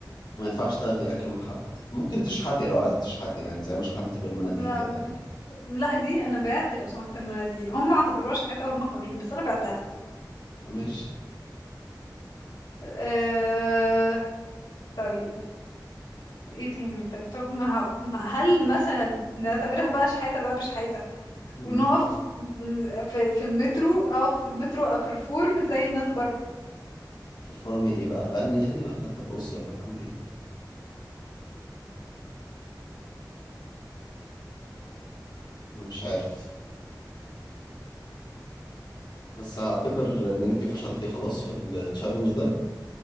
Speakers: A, on the left (about 75°); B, on the left (about 90°).
A: ما ينفعش تاخدي اكل من حد ممكن تشحتي لو عايزة تشحتي يعني زي ما شحنتي بالمناديل
B: لا
A: كده يعني
B: لا دي انا بعت لو سمحت المنازل هم ما اعتبروهاش حياتي هم حرين بس انا بعتها
A: ماشي
B: أه... طيب ايه تاني طيب طب ما هو- هل مثلا نعتبرها بقى شحاته بقى بشحاته
A: مم.
B: ونقف في في المترو اقف في المترو ابرفورم زي الناس بره
A: ترفرمي ايه بقى تغني يعني ولا ترقصي ولا تعملي ايه انا مش عارف بس هعتبر ان انت فشلتي خلاص في التشالنج ده